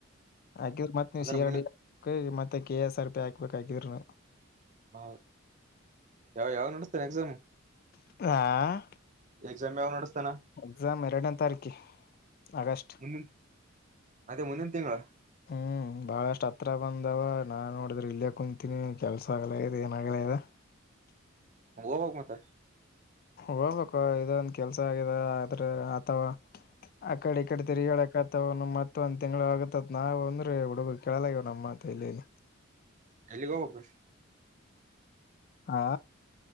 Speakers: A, on the left; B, on the right.
A: ಹಾಕಿದ್ರ ಮತ್ತ್ ನೀವು
B: ಅಂದ್ರೆ
A: ಸಿ ಆರ್
B: ಮುಂದೆ
A: ಡಿ ಹಾ ಮತ್ತೆ ಕೆ ಎಸ್ ಆರ್ ಪಿ ಹಾಕ್ಬೇಕ ಹಾಕಿದ್ರುನು.
B: ಹ ಯಾವ ಯಾವಗ ನಡೆಸ್ತಾರೆ ಎಕ್ಸಾಮ್?
A: ಆಹಾ,,
B: ಎಕ್ಸಾಮ್ ಯಾವಗ ನಡಸ್ತಾನ
A: ಎಕ್ಸಾಮ್ ಎರಡನೇ ತಾರೀಕು ಆಗಸ್ಟ್
B: ಹ್ಮ್, ಅದೇ ಮುಂದಿನ ತಿಂಗಳ
A: ಹ್ಮ್, ಬಾಳಷ್ಟ್ ಹತ್ರ ಬಂದವ ನಾನ್ ನೋಡಿದ್ರೆ ಇಲ್ಲೇ ಕುಂತಿನಿ ಕೆಲ್ಸ ಆಗಲ್ಲ ಅಗದ್ ಏನ ಆಗಲ್ಲ ಆಗ್ಯದ.
B: ಹೋಗ್ಬೇಕ ಮತ್ತ
A: ಹೋಗ್ಬೇಕು ಇದೊಂದ ಕೆಲ್ಸ ಆಗಿದೆ ಆದ್ರೆ ಅಥವಾ. ಆ ಕಡೆ ಈ ಕಡೆ ತಿರುಗ್ಯಾಡಾಕ ಆಗತ್- ಮ ಮತ್ತ ಒಂದ್ ತಿಂಗಳು ಆಗತ್ಅಂತ ನಾವು ಅಂದ್ರೆ ಹುಡುಗರು ಕೇಳಲ್ಆಗ್ಯಾವ ನಮ್ಮ ಮಾತ ಎಲ್ಲೆಲ್ಲಿ.
B: ಎಲಿಗೋಗಬೇಕು?
A: ಹಾ,